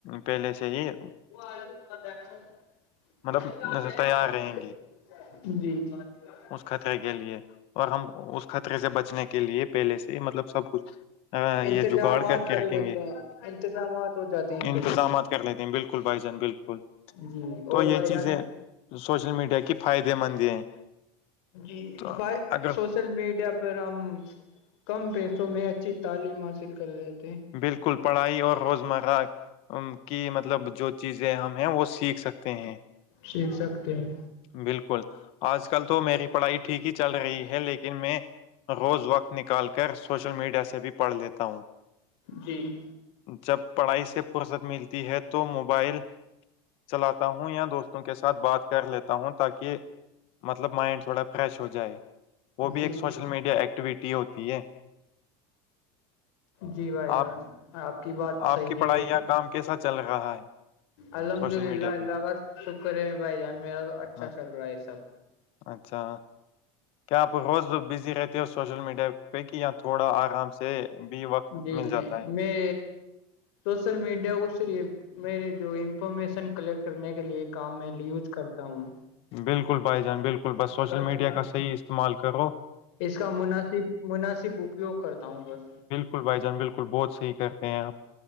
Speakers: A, on the left; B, on the left.
A: پہلے سے ہی
B: وہ آ
A: مطلب
B: س
A: تیار رہیں
B: ہے
A: گے
B: جی
A: اس خطرے کے لیے اور ہم اس خطرے سے بچنے کے لیے پہلے سے مطلب سب کچھ ہ یہ
B: انتظامات
A: جگاڑ کر کے رکھیں
B: لیتے
A: گے
B: ہیں انتظامات ہو جاتے ہیں
A: انتظامات
B: پہلے سے
A: کر لیتے ہیں بالکل بالکل بھائی جان بالکل
B: جی
A: تو
B: اور
A: یہ
B: بھائی
A: چیزیں
B: جان
A: سوشل میڈیا کی فائدے مند ہے ہیں
B: جی
A: تو
B: فائی
A: اگر
B: سو سوشل میڈیا پر ہم کم پیسوں میں اچھی تعلیم حاصل کر لیتے ہیں
A: بالکل پڑھائی اور روزمرہ ان کی مطلب جو چیزیں ہم ہیں وہ سیکھ سکتے ہیں
B: سیکھ سکتے ہیں
A: بالکل آج کل تو میری پڑھائی ٹھیک ہی چل رہی ہے لیکن میں روز وقت نکال کر سوشل میڈیا سے بھی پڑھ لیتا ہوں
B: جی
A: جب پڑھائی سے فرصت ملتی ہے تو موبائل چلاتا ہوں ہ یا دوستوں کے ساتھ بات کر لیتا ہوں تاکہ مطلب مائنڈ تھوڑا فریش ہو جائے وہ بھی
B: جی
A: ایک سوشل میڈیا ایکٹیویٹی ہوتی ہے
B: جی بھائی جان
A: آپ
B: آپ کی بات
A: آپ
B: صحیح
A: کی
B: ہے
A: پڑھائی
B: یہ
A: یا کام کیسا چل رہا ہے
B: الحمد
A: سوشل
B: للہ
A: میڈیا
B: اللہ
A: پہ
B: کا شکر ہے بھائی جان میرا تو اچھا
A: ہ
B: چل رہا ہے سب
A: اچھا کیا آپ روز بزی رہتے ہو سوشل میڈیا پ کہ یا تھوڑا آرام سے بھی وقت
B: جی
A: مل
B: نہیں
A: جاتا
B: میں سوشل میڈیا کوریے میںے جو انفارمیشن کلیکٹ کرنے کے لیے کام میں یوز کرتا ہوں
A: بالکل بھائی جان بالکل بس سوشل
B: تاکہ
A: میڈیا کا صحیح استعمال کر رہو
B: اس کا مناسب مناسب اپیوگ کرتا ہوں بس
A: بالکل بھائی جان بالکل بہت صحیح کرتے ہیں آپ